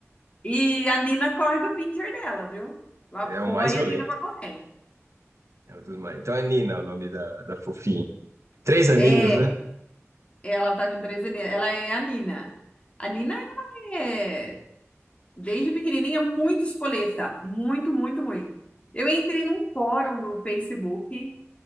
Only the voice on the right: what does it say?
é
o mais violento.
É um dos mais... Então é Nina o nome da, da fofinha. Três aninhos,
né?